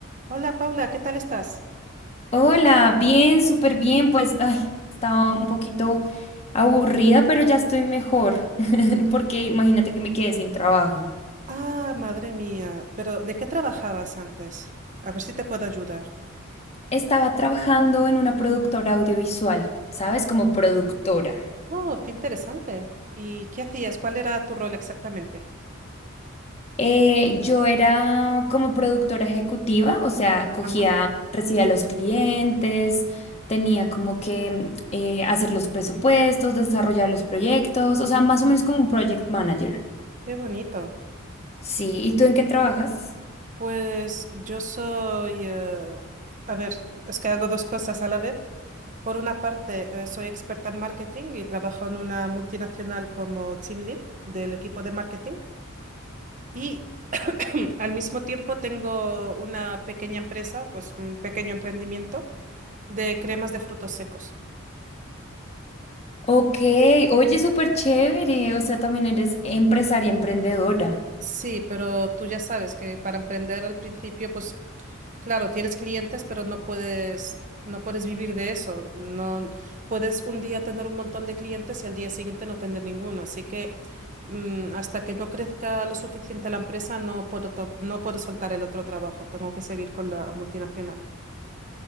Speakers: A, on the right; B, on the left.
A: Hola Paula, ¿qué tal estás?
B: Hola, bien, súper bien. Pues, ay, estaba un poquito aburrida, pero ya estoy mejor, <laughs> porque imagínate que me quedé sin trabajo.
A: Ah, madre mía, pero ¿de qué trabajabas antes? A ver si te puedo ayudar.
B: Estaba trabajando en una productora audiovisual, ¿sabes? Como productora.
A: Oh, qué interesante. ¿Y qué hacías? ¿Cuál era tu rol exactamente?
B: Eh, yo era como productora ejecutiva, o sea, cogía,
A: Ajá.
B: recibía a los clientes, tenía como que eh, hacer los presupuestos, desarrollar los proyectos, o sea, más o menos como un project manager.
A: Qué bonito.
B: Sí, ¿y tú en qué trabajas?
A: Pues yo soy, eh, a ver, es que hago dos cosas a la vez. Por una parte, eh, soy experta en marketing y trabajo en una multinacional como team lead del equipo de marketing. Y <clears throat> al mismo tiempo tengo una pequeña empresa, pues un pequeño emprendimiento de cremas de frutos secos.
B: Ok, oye, súper chévere, o sea, también eres empresaria, emprendedora.
A: Sí, pero tú ya sabes que para emprender al principio, pues claro, tienes clientes, pero no puedes, no puedes vivir de eso. No puedes un día tener un montón de clientes y al día siguiente no tener ninguno. Así que mm, hasta que no crezca lo suficiente la empresa, no puedo, to- no puedo soltar el otro trabajo. Tengo que seguir con la multinacional.